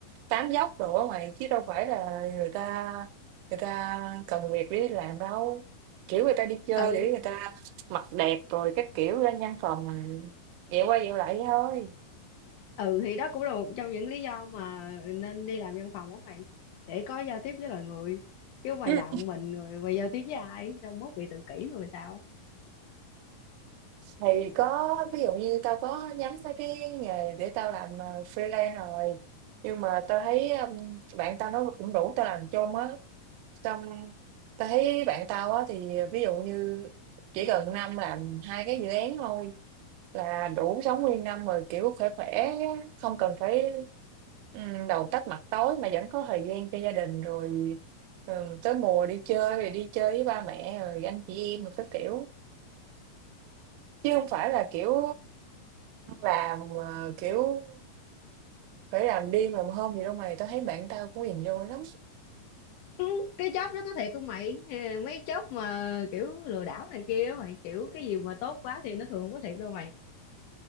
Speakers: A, on the right; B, on the left.
A: tám dốc đồ ở ngoài chứ đâu phải là người ta người ta cần việc để đi làm đâu kiểu người ta đi chơi
B: ừ
A: để người ta mặc đẹp rồi các kiểu ra văn phòng dẹo qua dẹo lại vậy thôi
B: ừ thì đó cũng là một trong những lý do mà nên đi làm văn phòng của mày để có giao tiếp với loài người chứ mày
A: Ừ.
B: làm một mình rồi mày giao tiếp với ai xong mốt bị tự kỷ rồi sao
A: thì có ví dụ như tao có nhắm tới cái nghề để tao làm ờ, freelance rồi nhưng mà tao thấy um, bạn tao nó cũng rủ tao làm chung á xong tao thấy bạn tao á thì ví dụ như chỉ cần năm làm hai cái dự án thôi là đủ sống nguyên năm rồi kiểu khỏe khỏe không cần phải ừm, đầu tách mặt tối mà vẫn có thời gian cho gia đình rồi ừm, tới mùa đi chơi thì đi chơi với ba mẹ rồi anh chị em rồi các kiểu chứ không phải là kiểu làm ờ, kiểu phải làm đêm làm hôm gì đâu mày tao thấy bạn tao cũng hiền vô lắm
B: Ừ, cái job đó có thiệt không mày Ừ, mấy job mà kiểu lừa đảo này kia á mày kiểu cái gì mà tốt quá thì nó thường không có thiệt đâu mày